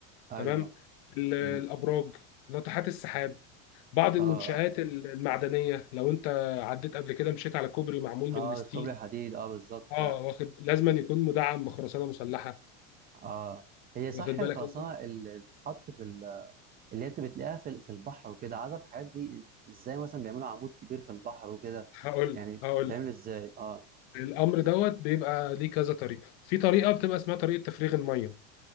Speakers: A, on the right; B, on the left.
A: ايوه
B: تمام ال- الابراج
A: امم
B: ناطحات السحاب بعض
A: اه
B: المنشآت المعدنيه لو انت عديت قبل كده مشيت على كوبري معمول
A: اه
B: من الستيل
A: بس كوبري حديد اه بالظبط
B: اه
A: فعلا
B: واخد لازم أن يكون مدعم بخرسانه مسلحه
A: اه هي صح
B: واخد
A: الخرسانه
B: بالك انت
A: اللي بتتحط في اللي انت بتلاقيها في في البحر وكده عايز اعرف الحاجات دي ازاي مثلا بيعملوا عمود كبير في البحر وكده
B: هقول
A: يعني
B: هقول
A: بتعمل ازاي اه
B: الامر دوت بيبقى ليه كذا طريقه في طريقه بتبقى اسمها طريقه تفريغ الميه